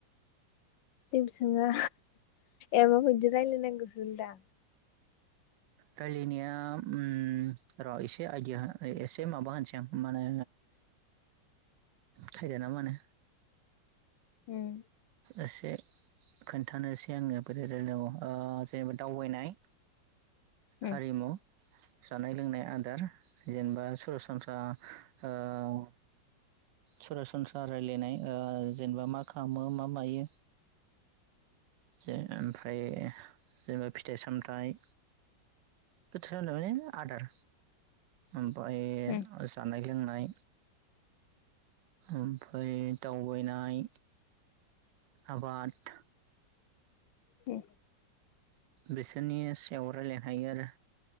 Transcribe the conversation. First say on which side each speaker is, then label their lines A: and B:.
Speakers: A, on the left (about 80°); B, on the right (about 80°).
A: जेबो सोंङा ए माबायदि रायलायनांगौसो होनदों आं
B: रायलाय नाया उम र' एसे आयडिया एसे माबा होनोसै आं माने थायद ना मा होनो
A: उम
B: एसे खोन्थानोसै आङो बोरैरायलायनांगौ ओ जेनेबा दावबायनाय।
A: उम
B: हारिमु। जानाय लोंनाय आदार जेनेबा सरासनस्रा ओ सरासनस्रा रायलायनाय ओ जेनेबा मा खामो मा मायो जे ओमफाय जेनेबा फिथाइ सामथाइ बोथोर <unintelligible> आदार ओमफाय
A: उम
B: जानाय लोंनाय। ओमफाय दावबायनाय आबाद
A: ओम।
B: बिसोरनि सायाव रायलाय हायो आरो।